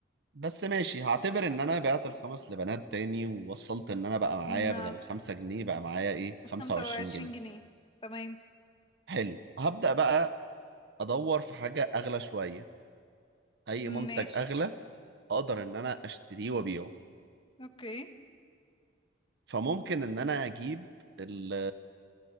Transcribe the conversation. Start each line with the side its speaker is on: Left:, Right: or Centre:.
Right: بس ماشي هعتبر ان انا بعت الخمس لبنات تاني ووصلت ان انا بقى معايا
Left: نعم
Right: بدل الخمسة جنيه بقى معايا ايه 25
Left: خمسة وعشرين
Right: جنيه
Left: جنيه تمام
Right: حلو هبدأ بقى ادور في حاجة اغلى شوية اي منتج
Left: ماشي
Right: اغلى اقدر ان انا اشتريه وابيعه
Left: اوكي
Right: فممكن ان انا اجيب ال